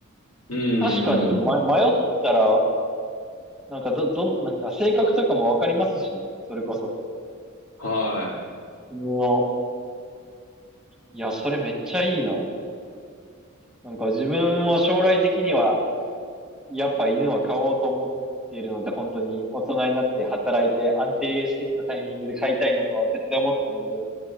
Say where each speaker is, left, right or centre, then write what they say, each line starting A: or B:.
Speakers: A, on the left (about 85°); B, in the centre.
A: うんうんうん。
B: 確かに、ま、迷ったら、なんかど、どん、なんか性格とかもわかりますしね。それこそ。
A: は
B: 犬の、いや、それめっちゃいいな。なんか自分も将来的には、やっぱ犬は飼おうと思っているので、本当に大人になって働いて安定してきたタイミングで飼いたいなとは絶対思ってるんで、